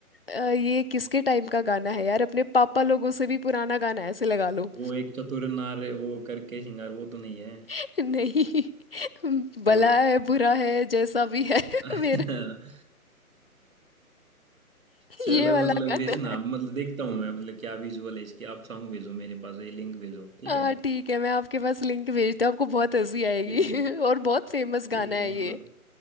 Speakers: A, on the left; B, on the right.
A: अ, ये किसके टाइम का गाना है यार अपने पापा लोगों से भी पुराना गाना है ऐसे लगा लो
B: वो एक चतुर नार वो करके श्रृंगार वो तो नहीं है
A: <laughs> नहीं भला
B: और
A: है बुरा है जैसा भी है <laughs>
B: <laughs>
A: मेरा
B: चलो
A: ये वाला
B: मतलब
A: गाना
B: भेजना
A: है
B: मतलब देखता हूँ मैं मतलब क्या विजुअल है इसकी आप सॉन्ग भेजो मेरे पास ये लिंक भेजो ठीक
A: हाँ
B: है
A: ठीक है मैं आपके पास लिंक भेजता हूँ आपको बहुत हंसी आएगी
B: बिल्कुल
A: <laughs> और बहुत फेमस गाना
B: ठीक
A: है
B: है मतलब
A: ये